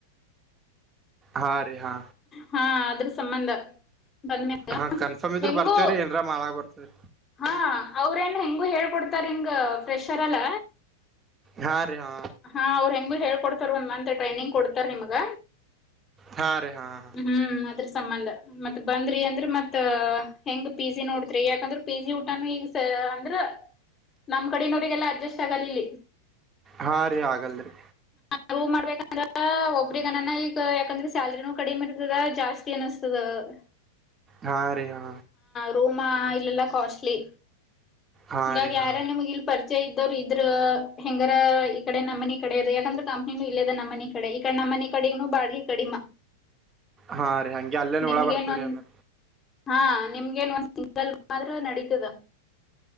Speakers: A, on the right (about 25°); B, on the left (about 25°).
A: ಹಾ ರೀ ಹಾ
B: ಹಾ ಅದ್ರ ಸಂಬಂಧ ಬಂದ
A: ಹಾ ಕನ್ಫರ್ಮ್ ಇದ್ರ
B: ಹೆಂಗೂ
A: ಬರ್ತೇವ್ರೀ ಏನ್ರ ಮಾಡಳ ಬರ್ತರಿ
B: ಹಾ ಅವ್ರೇನ್ ಹೆಂಗು ಹೇಳ್ಕೊಡ್ತಾರ ಹಿಂಗ ಫ್ರೆಷರ್ಲ್ಲ
A: ಹಾ ರೀ ಹಾ
B: ಹಾ ಅವ್ರು ಹೆಂಗು ಹೇಳ್ಕೊಡ್ತಾರ ಒಂದ್ ಮಂತ್ ಟ್ರೈನಿಂಗ್ ಕೊಡ್ತಾರ ನಿಮ್ಗ
A: ಹಾ ರೀ ಹಾ ಹಾ
B: ಹ್ಮ್ ಅದ್ರ ಸಂಬಂಧ ಮತ್ ಬಂದ್ರಿ ಅಂದ್ರ ಮತ್ ಹೆಂಗ್ ಪಿ ಜ ನೋಡತ್ರಿ ಯಾಕಂದ್ರ ಪಿ ಜಿ ಊಟ ಈ ಅಂದ್ರ ನಮ್ ಕಡವರಿಗೆಲ್ಲ ಅಡ್ಜಸ್ಟ್ ಆಗಲ್ಲ ಇಲ್ಲಿ
A: ಹಾ ರೀ ಹಾಗಗಲ್ರಿ
B: ನವು ಮಾಡ್ಬೇಕಂದ್ರೆ ಒಬ್ಬ್ರಗನನ ಈಗ ಯಾಕಂದ್ರೆ ಸ್ಯಾಲ್ರಿನೂ ಕಡಿಮೆ ಇರ್ತದ ಜಾಸ್ತಿ ಅನ್ನಿಸ್ತದ ಹ
A: ಹಾ ರೀ ಹಾ
B: ರೂಮ ಇಲ್ಲೆಲ್ಲ ಕಾಸ್ಟ್ಲಿ
A: ಹಾ
B: ಹಂಗ
A: ರೀ
B: ಯಾರ
A: ಹಾ
B: ನಿಮಗರ್ ೆ ಇದವ್ರು ಇದ್ರ ಹೆಂಗಾರ ಈ ಕಡೆ ನಮ್ಮ ಮನ ಕಡೆ ಇ ಯಾಕಂದ್ರೆ ಕಂಪ್ನಿನು ಇಲ್ಲೇದ ನಮ್ಮ ಮನ ಕಡೆ ಈಡೆ ಮನೆ ಕಡೆನುೂ ಬಾಲಿ ಕಡಿಮ
A: ಹಾ ರೀ ಹಂಗೆ ಅಲ್ಲೇನೋಳ
B: ನಿಮ್ಗೇನ್
A: ಬರ್ತವ್ರೀ
B: ಒಂದ್
A: ಅಂದ
B: ಹಾ ನಿಮ್ಗೇನ್ ಒಂದ್ ಸಿಂಗಲ್ ಮಾತ್ರ ನಡೀತದ